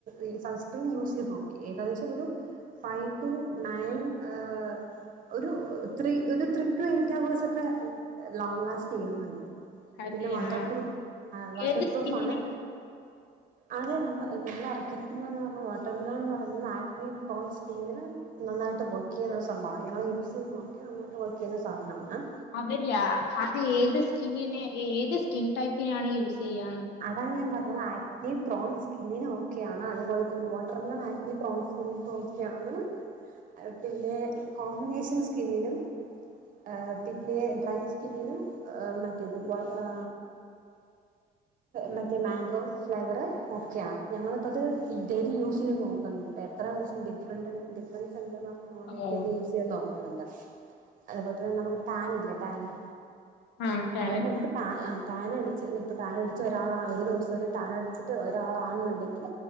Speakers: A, on the right (about 50°); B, on the left (about 85°).
A: ഈ സൺസ്ക്രീൻ യൂസ് ചെയ്ത് നോക്കി ഏകദേശം ഒരു ഫൈവ് ടു ണയൻ ഏഹ് ഒരു ത്രീ ഒരു ത്രീ ടു എയ്റ്റ് ഹവേഴ്സ് ഒക്കെ ലോങ്ങ് ലാസ്റ്റ് ചെയ്യുന്നുണ്ട്
B: അതെ
A: പിന്നെ വാട്ടർപ്രൂ
B: ആഹ്
A: ആ വാട്ടർപ്രൂഫ്
B: ഏത് സ്കിന്നിന്
A: ആണ് അത നമ്മൾറക്കിരിക്കുന്നന്ന് പറഞ്ഞ ഓട്ടോമിലോ എന്ന് പറയുന്നത് ആക്നി പ്രോൺ സ്കി നന്നായിട്ട് വർക്ക് ചെയ്യുന്ന സംഭവമാണ് ഞ യൂസ് നോക്കി നന്നായിട്ട് വർക്ക് ചെയുന്ന സാധനമാണ്-
B: അതല്ല അത് ഏത് സ്കിന്നന് ഏത് സ്കിൻ ടൈപ്പിനാണ് യൂസ് ചെയ്യാന്ന്
A: അതങ് ഞാൻ പറഞ്ഞ ആ നീ പ്രോൺസ് കിന്നിന് ഓക്കെ ആണ് അതുപോലെ വാട്ടർമെല ആ നീ പ്രോൺസ് കി ഓക്കൊണ് പിന്നെ കോമ്പിനേഷൻ സ്കിന്നിനും ആ പിന്നെ ഡ്രൈ സ്കിന്നിനും ആ ന ഇത് വ ആ മറ്റേ മാങ്കോ ഫ്ലേവറ് ഓക്കെയ ഞങ്ങളിപ്പോൾത് ഡെയിലി യൂസ് ചെയ്ത് നോക്കുന്നുണ്ട് എത്ര ദിവസം ഡിഫറൻറ് ഡിഫറെൻറ് എന്തെന്ന് പറയാൻ വേണ്ടി
B: ഓ
A: ഡെയിലി യൂസ് ചെയ്യുന്നോക് അന്താ അതുപോലെ തന്നെ നമുക്ക് പാനില്ലേ? പാന്-
B: ആഹ് ടാന്
A: ആയത് നമുക്ക് പാ ആ- ടാന അടച്ച് ഇപ്പ ടാൻ- രാ ഒരു ദിവസം ടൻ അടിച്ചട്ട് ഒരാളാണെന്നുണ്ടെങ്കിൽ